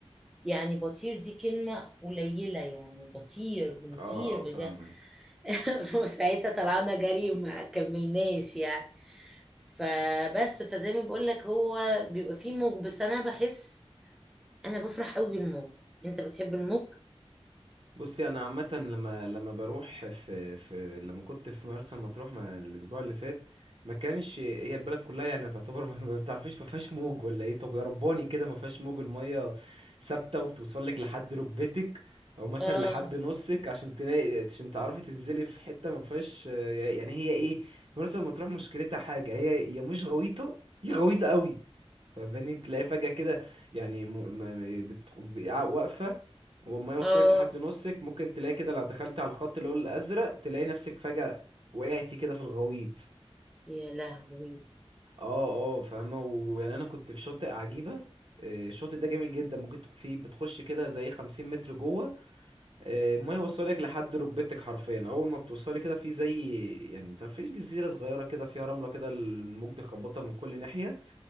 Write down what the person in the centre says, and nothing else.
يعني بطير دي كلمة قليلة يعني بطير بنطير
بجد
<laughs> وساعتها طلعنا جري وما كملناش يعني فبس فزي ما بقول لك هو بيبقى فيه موج بس انا بحس انا بفرح قوي بالموج انت بتحب الموج
اه
اه
يا لهوي